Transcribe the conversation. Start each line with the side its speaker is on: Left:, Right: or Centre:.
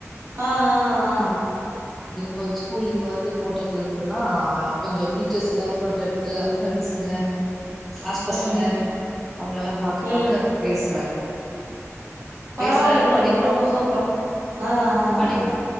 Right: ஆ ஆ ஆ
Centre: பட் ஸ்கூல் இங்க வந்து போட்டதுலருந்துதா கொஞ்சொ டீச்சர்ஸ் எல்லா ஃபோட்டோ எடுத்து ஃப்ரெண்ட்ஸுங்க கிளாஸ் பசங்க
Right: ம்
Centre: அவ்ங்களலா பாக்க
Right: ம்
Centre: பாக்க பேசுறாரு
Right: பரவால்லைங்ளே
Centre: பேசுறாரு படிப்பு
Right: ரொம்ப சூப்பர் ஆ ஆ
Centre: படி
Right: ஆ